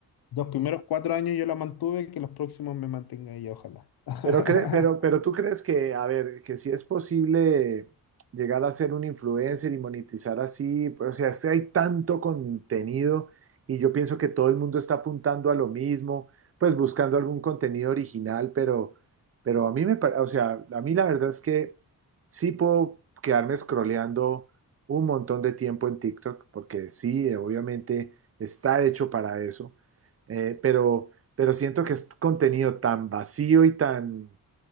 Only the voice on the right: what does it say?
Pero, cre- pero, pero tú crees que, a ver, que si es posible llegar a ser un influencer y monetizar así, pues, o sea, es que hay tanto contenido y yo pienso que todo el mundo está apuntando a lo mismo, pues buscando algún contenido original, pero, pero a mí me, pa- o sea, a mí la verdad es que sí puedo quedarme scrolleando un montón de tiempo en TikTok, porque sí, obviamente está hecho para eso, eh, pero pero siento que es contenido tan vacío y tan,